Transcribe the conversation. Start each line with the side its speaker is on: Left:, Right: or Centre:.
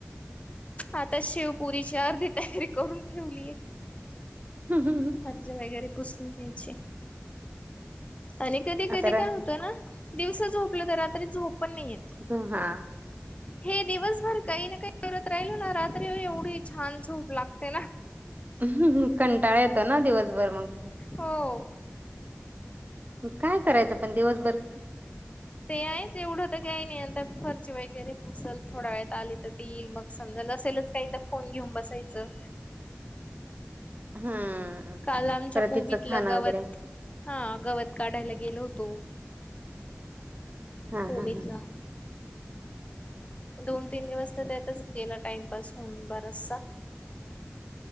Left: आता शिवपुरीची अर्धी तयारी करून ठेवलीय.
Right: हम् हम ह.
Left: ्या व घरी प पुोसून घ्यायचे. आणि कधी कधी
Right: आता रा
Left: काय होतं ना दिवस झोपलं तर रात्री झोप पण नाहीयेत.
Right: ज हा.
Left: हे दिवसभर काही ना काही करत राहिलो ना रात्री एवढी छान झूप लागते ना.
Right: हंम, हं, कंटाळा येतो ना दिवसभर, मग
Left: हो.
Right: काय करायचं पण दिवसभर
Left: ते आहेच एवढं तर काय नाही, आता फर्च वगैरे पुसल, थोडा वेळेत आले तर ते येईल मग समजा नसेलच काही तर फोन घेऊन बसायचं.
Right: <unintelligible> हम्म
Left: काल आमच्या
Right: पर
Left: कोबीतलं
Right: तिचं खाणं
Left: गवत
Right: वगैरे.
Left: हा गवत काढायला गेलो होतो.
Right: हा
Left: कोविितला.
Right: हा हा
Left: दोन तीन दिवस तर त्यातच गेला टाइमपास होऊन बराचसा.